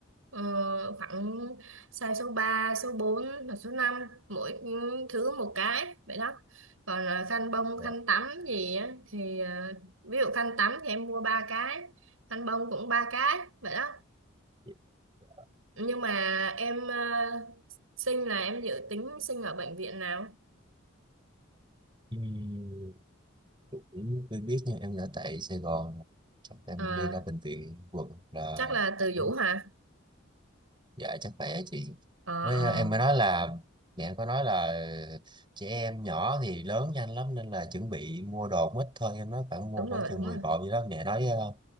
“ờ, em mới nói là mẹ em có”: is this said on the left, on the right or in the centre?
Right